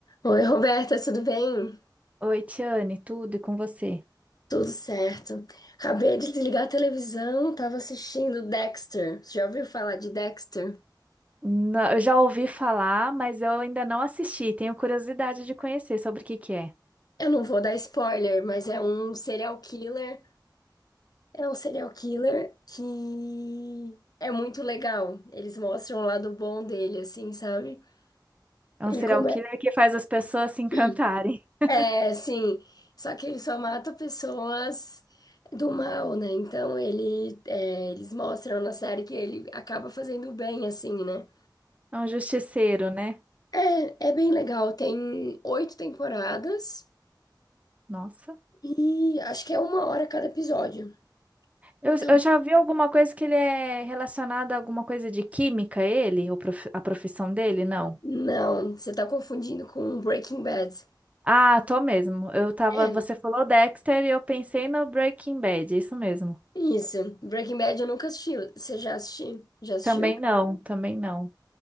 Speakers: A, on the left (about 55°); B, on the right (about 20°).
A: Oi, Roberta, tudo bem?
B: Oi, Tiane, tudo e com você?
A: Tudo certo. Acabei de desligar a televisão, tava assistindo Dexter. Você já ouviu falar de Dexter?
B: Não, eu já ouvi falar, mas eu ainda não assisti. Tenho curiosidade de conhecer sobre o que que é.
A: Eu não vou dar spoiler, mas é um serial killer. É um serial killer que é muito legal. Eles mostram o lado bom dele, assim, sabe?
B: É
A: Ele
B: um serial
A: come...
B: killer que faz as pessoas se encantarem.
A: <clears throat>
B: <laughs>
A: É, sim. Só que ele só mata pessoas do mal, né? Então ele, é, eles mostram na série que ele acaba fazendo o bem, assim, né?
B: É um justiceiro, né?
A: É, é bem legal. Tem oito temporadas
B: Nossa.
A: e acho que é uma hora cada episódio.
B: Eu,
A: Então,
B: eu já vi alguma coisa que ele é relacionado a alguma coisa de química, ele? Ou prof- a profissão dele? Não.
A: não, você tá confundindo com Breaking Bad.
B: Ah, tô mesmo. Eu tava.
A: É,
B: Você falou Dexter e eu pensei no Breaking Bad, é isso mesmo.
A: isso. Breaking Bad eu nunca assisti. Você já assistiu? Já assistiu?
B: Também não, também não.